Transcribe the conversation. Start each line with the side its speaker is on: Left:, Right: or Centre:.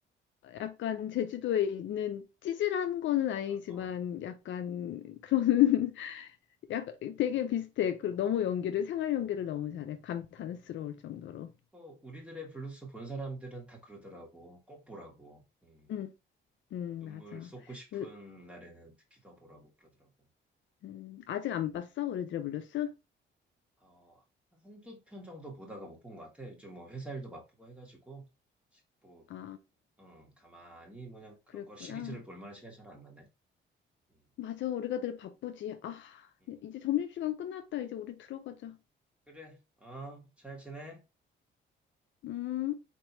Left: 약간 제주도에 있는 찌질한 거는 아니지만,
Centre: 어, 어.
Left: 약간 그런, <laughs> 약간 되게 비슷해. 그 너무 연기를,
Centre: 음.
Left: 생활 연기를 너무 잘해. 감탄스러울 정도로.
Centre: 뭐 우리들의 블루스 본 사람들은 다 그러더라고. 꼭 보라고. 음,
Left: 응, 응,
Centre: 눈물
Left: 맞아.
Centre: 쏟고 싶은
Left: 그,
Centre: 날에는 특히 더 보라고 그러더라고.
Left: 음, 아직 안 봤어? 오르드레 블리스?
Centre: 어, 한두 편 정도 보다가 못 본 것 같아. 요즘 뭐 회사 일도 바쁘고 해가지고 뭐
Left: 아,
Centre: 음, 가만히 뭐냐 그런
Left: 그랬구나.
Centre: 걸 시리즈를 볼 만한 시간이 잘 안 나네. 음,
Left: 맞아, 우리가 늘 바쁘지. 아,
Centre: 음.
Left: 이제 점심시간 끝났다. 이제 우리 들어가자.
Centre: 그래, 어, 잘 지내.
Left: 음.